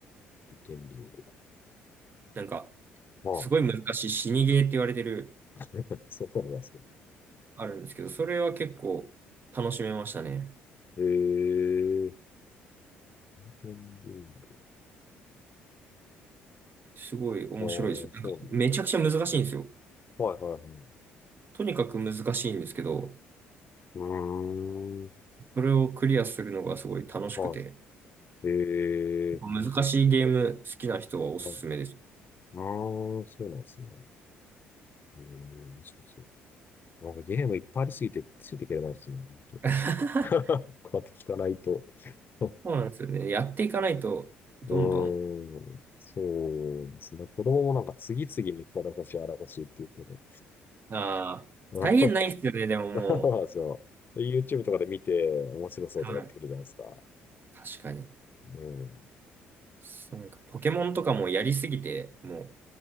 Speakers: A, on the left; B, on the right.
A: リテンリング。
B: なんか、
A: まあ、
B: すごい難しい死にゲーって言われてる、
A: <laughs> そうなんですね。
B: あるんですけど、それは結構楽しめましたね。
A: ええ、リテンリング。
B: すごい面白いですよ。
A: ああ、そうなんだ。
B: なんか、めちゃくちゃ難しいんですよ。
A: はいはいはい。
B: とにかく難しいんですけど、
A: うーん。
B: それをクリアするのがすごい楽しくて、
A: はい。ええ面白そ
B: 難しいゲーム好きな人はおすすめです。
A: う。はいああ、そうなんですね。ええ面白そう。なんかゲームいっぱいありすぎて、ついていけないですね。本
B: <laughs>
A: 当 <laughs> こうやって聞かないと。<laughs> う
B: そうなんですよね。やっていかないと、どんどん、
A: ーん、そうですね。子供もなんか次々にこれ欲しい、あれ欲しいって言うけど。
B: ああ、
A: うん
B: 再現ないですよね、でもも
A: <laughs> そうなんですよ。で YouTube とかで見て面白そうとか言ってくるじゃないですか。
B: う。はい。確かに。
A: うん。
B: そうなんかポケモンとかもやりすぎて、も